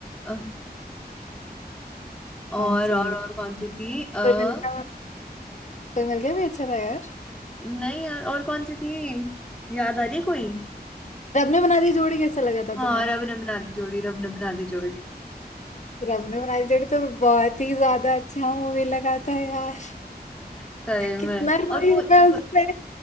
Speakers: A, in the centre; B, on the left.
A: अ, और
B: कौन सी
A: और और कौन सी थी अ
B: कोई मिल गया कोई मिल गया भी अच्छा था यार
A: नहीं यार और कौन सी थी याद आ रही है कोई
B: रब ने बना दी जोड़ी कैसा लगा था
A: हाँ
B: तुम्हें
A: रब ने बना दी जोड़ी रब ने बना दी जोड़ी
B: रब ने बना दी जोड़ी तो बहुत ही ज्यादा अच्छा मूवी लगा था यार
A: सही
B: कितना
A: में
B: रोई
A: और वो,
B: हूँ मैं
A: वो
B: उससे